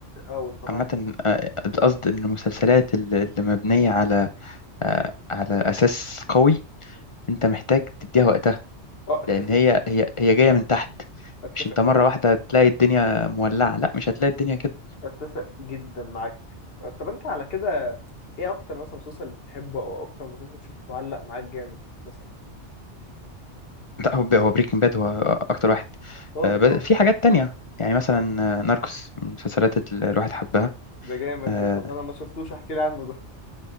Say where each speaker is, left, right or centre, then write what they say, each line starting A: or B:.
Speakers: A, on the left (about 55°); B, on the left (about 35°).
A: اه والله
B: عامة
A: معاك
B: آه، القصد إن المسلسلات الل- اللي مبنية على آه، على أساس قوي أنت محتاج تديها وقتها
A: اه اتفق
B: لأن هي هي هي جاية من تحت
A: اتفق
B: مش أنت مرة
A: قوي
B: واحدة تلاقي الدنيا مولعة لا مش هتلاقي الدنيا كده
A: اتفق جدا معاك طب انت على كده ايه اكتر مثلا مسلسل بتحبه او اكتر مسلسل شفته علق معاك جامد مثلا
B: لا هو هو بريكنج باد هو أكتر واحد
A: هو
B: آه،
A: الطب
B: بس في حاجات تانية يعني مثلا آه، ناركوس من المسلسلات اللي الواحد حبها
A: ده جامد
B: آه،
A: ده طب انا ما شفتوش احكي لي عنه ده